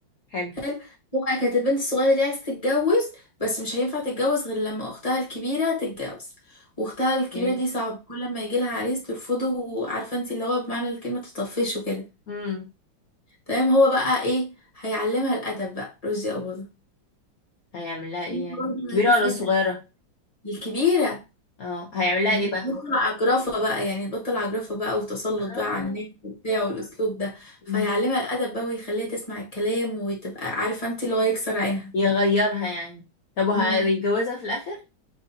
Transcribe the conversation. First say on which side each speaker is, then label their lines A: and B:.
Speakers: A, on the left; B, on the left.
A: حلو
B: حلو هو كانت البنت الصغيرة دي عايزة تتجوز بس مش هينفع تتجوز غير لما أختها الكبيرة تتجوز وأختها الكبيرة
A: ماشي
B: دي صعبة كل ما يجيلها عريس ترفضه وعارفة انت اللي هو بمعنى الكلمة تطفش وكده
A: امم
B: تمام هو بقى ايه هيعلمها الأدب بقى رشدي أباظة
A: هيعمل لها
B: فيلم
A: ايه يعني
B: برضه
A: كبيره
B: لذيذ
A: ولا
B: جدا
A: صغيره
B: الكبيرة
A: اه هيعمل لها
B: يعني
A: ايه بقى
B: تبطل عجرفة بقى يعني تبطل عجرفة بقى وتسلط
A: آه.
B: بقى على الناس وبتاع والأسلوب ده فيعلمها
A: مم.
B: الأدب بقى ويخليها تسمع الكلام وتبقى عارفة انت اللي هو يكسر عينها
A: يغيرها يعني طب وهيتجوزها
B: امم
A: في الاخر